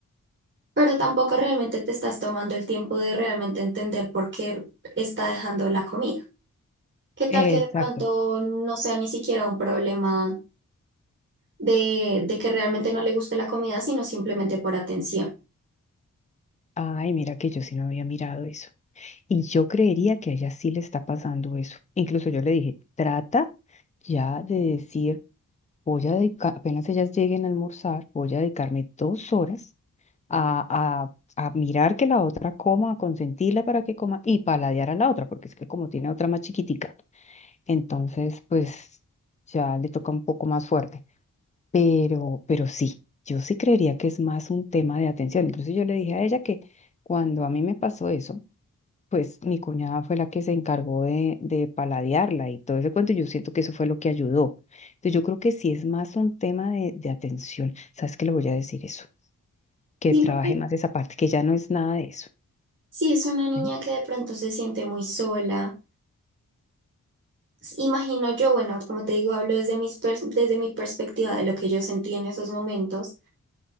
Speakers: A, on the right (about 35°); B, on the left (about 20°).
A: pero tampoco realmente te estás tomando el tiempo de realmente entender por qué está dejando la comida. ¿Qué
B: exacto.
A: tal que de pronto no sea ni siquiera un problema de, de que realmente no le guste la comida, sino simplemente por atención?
B: Ay, mira que yo sí no había mirado eso. Y yo creería que a ella sí le está pasando eso. Incluso yo le dije, trata ya de decir, voy a dedicar, apenas ellas lleguen a almorzar, voy a dedicarme dos horas a, a, a mirar que la otra coma, a consentirla para que coma y paladear a la otra, porque es que como tiene otra más chiquitica, entonces pues ya le toca un poco más fuerte. Pero, pero sí, yo sí creería que es más un tema de atención. Incluso yo le dije a ella que cuando a mí me pasó eso, pues mi cuñada fue la que se encargó de, de paladearla y todo ese cuento. Yo siento que eso fue lo que ayudó. Entonces yo creo que sí es más un tema de, de atención. ¿Sabes qué? Le voy a decir eso que
A: Sí,
B: trabaje
A: porque
B: más esa parte, que ya no es nada de eso.
A: Si es una niña
B: ¿sí?
A: que de pronto se siente muy sola, s- imagino yo, bueno, como te digo, hablo desde mis pers- desde mi perspectiva de lo que yo sentí en esos momentos.